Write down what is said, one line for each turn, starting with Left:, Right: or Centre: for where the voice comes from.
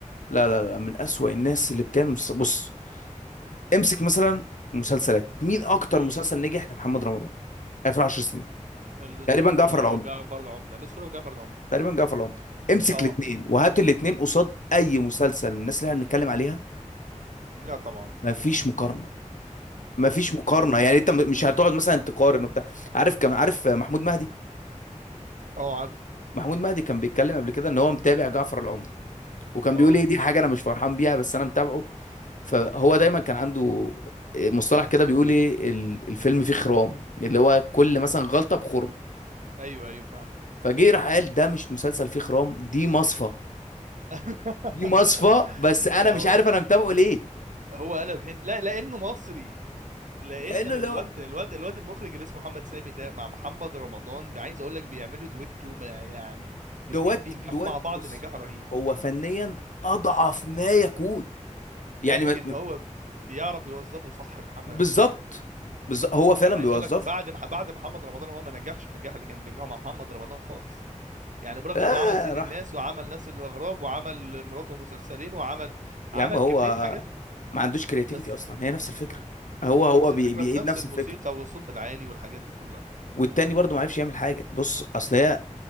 Left: لا لا لا من أسوأ الناس اللي بتعمل مس- بص امسك مثلا مسلسلات مين أكتر
Right: أمم.
Left: مسلسل نجح لمحمد رمضان آخر 10 سنين
Right: الأسطورة
Left: تقريبا جعفر العمدة
Right: جعفر العمدة الأسطورة جعفر العمدة
Left: تقريبا جعفر العمدة امسك
Right: اه
Left: الاتنين وهات الاتنين قصاد أي مسلسل من الناس اللي احنا بنتكلم عليها
Right: لا طبعا
Left: مفيش مقارنة مفيش
Right: أمم.
Left: مقارنة يعني أنت م-
Right: <clears throat>
Left: مش هتقعد
Right: <coughs>
Left: مثلا تقارن وبتاع عارف كم عارف محمود مهدي
Right: اه عارفه
Left: محمود مهدي كان بيتكلم قبل كده إن هو متابع جعفر العمدة وكان
Right: اه
Left: بيقول ايه دي حاجه انا مش فرحان بيها بس انا متابعه فهو دايما كان عنده مصطلح كده بيقول ايه ال- الفيلم فيه خرام اللي هو كل مثلا غلطه بخرم
Right: ايوه ايوه فاهم
Left: فجه راح قال ده مش مسلسل فيه خرام دي مصفى
Right: <laughs>
Left: دي مصفى بس انا
Right: اه
Left: مش عارف انا متابعه ليه
Right: هو قلب هند لا لانه مصري لان
Left: لانه
Right: الواد
Left: اللي هو
Right: الواد الواد المخرج اللي اسمه محمد سامي ده مع محمد رمضان عايز اقول لك بيعملوا دويتو ما يعني
Left: دوت
Right: الاتنين بينجحوا
Left: دوت
Right: مع بعض
Left: بص
Right: نجاح رهيب
Left: هو فنيا اضعف ما يكون
Right: لكن
Left: يعني ما-
Right: هو بيعرف يوظفه صح محمد
Left: بالظبط
Right: سامي
Left: بالظبط هو فعلا
Right: يعني عايز
Left: بيوظفه
Right: اقول لك بعد ما بعد محمد رمضان هو ما نجحش النجاح اللي كان بينجحه مع محمد رمضان خالص يعني برغم
Left: اه
Right: انه عمل سيد
Left: راح
Right: الناس وعمل ناس الاغراب وعمل مراته مسلسلين وعمل عمل
Left: يا عم هو
Right: كمية حاجات
Left: ما عندوش كرياتيفيتي
Right: بس
Left: اصلا هي نفس الفكره هو
Right: هي
Left: هو
Right: نفس
Left: بي-
Right: الفكرة
Left: بيعيد
Right: بنفس
Left: نفس
Right: الموسيقى
Left: الفكره
Right: والصوت العالي والحاجات دي كلها
Left: والتاني برضه ما عرفش يعمل حاجه بص اصل هي